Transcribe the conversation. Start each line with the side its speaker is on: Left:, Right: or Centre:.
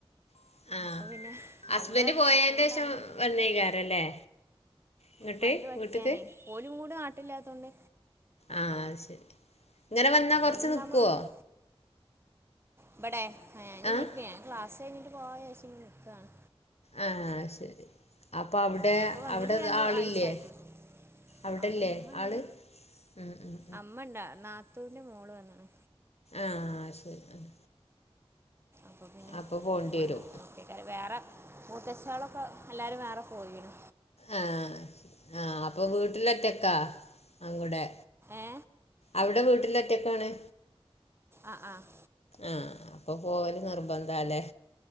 Left: ആ. ആ
Right: അപ്പൊ പിന്നെ
Left: ഹസ്ബൻഡ്
Right: അവിടെ
Left: പോയതിൻ്റെ
Right: നിക്കൊണോണ്ടാണ്
Left: ശേഷം
Right: ബുദ്ധിമുട്ട്
Left: വന്നേക്കാരം
Right: എനിക്ക്
Left: അല്ലേ ഇങ്ങോട്ട്
Right: വണ്ടി പഠിക്കാനേ
Left: വീട്ടിക്ക്
Right: ഓലും കൂടെ നാട്ടില്ലാത്തോണ്ട്
Left: ആഹ് ശരി ഇങ്ങനെ വന്നാ കൊറച്ച്
Right: ഓലുണ്ടാകുമ്പോൾ
Left: നിക്കുവോ
Right: പിന്നെ ഇവിടെ ഇനി
Left: ആ
Right: നിൽക്ക ഞാൻ ക്ലാസ് കഴിഞ്ഞിട്ട് പോവാ വിചാരിച്ചിട്ടു നിക്കാണ്
Left: ആഹ് ശരി അപ്പൊ അവിടെ
Right: ഞാൻ ഇപ്പോൾ വന്നിട്ട്
Left: അവിടെ
Right: രണ്ട്
Left: ആളില്ലേ
Right: ആഴ്ച ആയിട്ടുള്ളൂ
Left: അവിടെല്ലേ
Right: അവിടെ അമ്മ ഇണ്ട്
Left: ആള് ഉം ഉം
Right: അമ്മണ്ട് നാത്തൂന്റെ മോള് വന്നിണ്
Left: ആഹ് ആഹ് ശരി എന്ന
Right: അപ്പെ പിന്നെ
Left: അപ്പൊ പോണ്ടി
Right: മോള്
Left: വരും
Right: നിൽക്കണം വേറെ മൂത്തച്ചാളൊക്കെ എല്ലാരും വേറെ പോയിണ്
Left: ആഹ് ആഹ് അപ്പൊ വീട്ടില് ഒറ്റക്കാ അവിടെ
Right: ഏ
Left: അവിടെ വീട്ടില് ഒറ്റക്കാണ്
Right: ആഹ് ആഹ്
Left: ആഹ് അപ്പൊ പോവല് നിർബന്ധല്ലേ